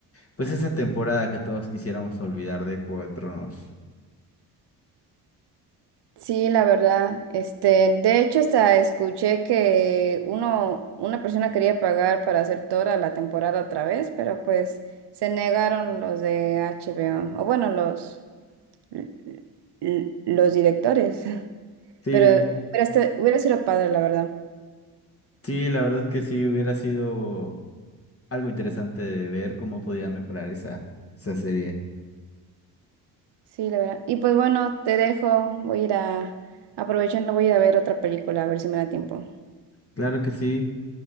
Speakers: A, on the left; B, on the right.
A: pues esa temporada que todos quisiéramos olvidar de Juego de Tronos.
B: Sí, la verdad. Este, de hecho, hasta escuché que uno, una persona quería pagar para hacer toda la temporada otra vez, pero pues se negaron los de HBO, o o bueno, los, l- l- los directores. <laughs>
A: Sí,
B: Pero hubiera, esta- hubiera sido padre, la verdad.
A: sí, la verdad que sí hubiera sido algo interesante de ver cómo podían mejorar esa, esa serie.
B: Sí, la verdad. Y pues bueno, te dejo. Voy a ir a, aprovechando, voy a ir a ver otra película, a ver si me da tiempo.
A: Claro que sí.